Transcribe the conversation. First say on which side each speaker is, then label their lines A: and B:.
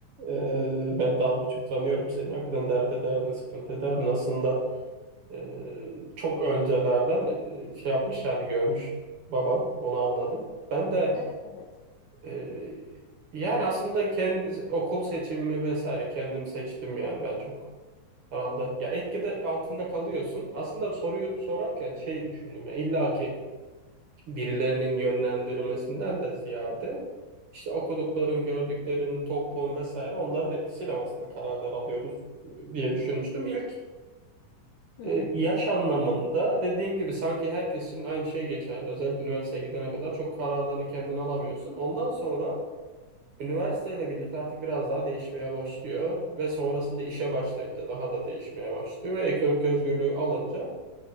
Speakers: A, on the right (about 55°); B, on the left (about 80°).
A: Ee, ben de az buçuk tanıyorum seni. Hakikaten dert ederdin, sıkıntı ederdin. Aslında e, çok öncelerden e, şey yapmış yani görmüş baban. Onu anladım. Ben de
B: Evet evet.
A: e, yani aslında kendi okul seçimi vesaire kendim seçtim yani. Ben çok herhalde ya etkide altında kalıyorsun. Aslında soruyu sorarken şey düşündüm ya illa ki birilerinin yönlendirmesinden de ziyade işte okudukların, gördüklerin, toplum vesaire onların etkisiyle aslında kararlar alıyoruz e, diye düşünmüştüm. İlk
B: Hı hı.
A: e, yaş anlamında dediğim gibi sanki herkes için aynı şey geçerli. Özellikle üniversiteye gidene kadar çok kararlarını kendin alamıyorsun. Ondan sonra üniversiteyle birlikte artık biraz daha değişmeye başlıyor ve sonrasında işe başlayınca daha da değişmeye başlıyor ve ekonomik özgürlüğü alınca